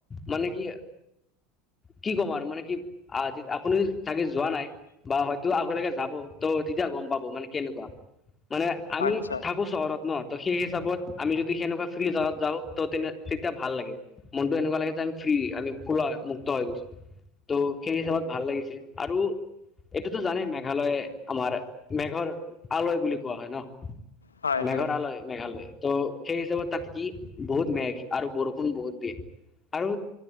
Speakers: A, on the left; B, on the left.
A: মানে কি কি ক'ম আৰু মানে কি আপুনি চাগে যোৱা নাই বা হয়তো আগলৈকে যাব ত' তেতিয়া গম পাব মানে কেনেকুৱা। মানে আমি
B: আচ্ছা
A: থাকো চহৰত ন ত সেই হিচাপত আমি যদি সেনেকুৱা ফ্ৰী জাগাত যাওঁ ত তেনে তে- তিয়া ভাল লাগে মনতটো এনেকুৱা লাগে যে আমি ফ্ৰী আমি খোলা মুক্ত হৈ গৈছো ত' সেই হিচাপত ভাল লাগিছে আৰু এইটোতো জানে মেঘালয়ে আমাৰ মেঘৰ আলয় বুলি কোৱা হয় ন
B: হয়
A: মেঘৰ
B: হয়
A: আলয় মেঘালয় তো সেই হিচাপত তাত কি বহুত মেঘ আৰু বৰষুণ বহুত দিয়ে আৰু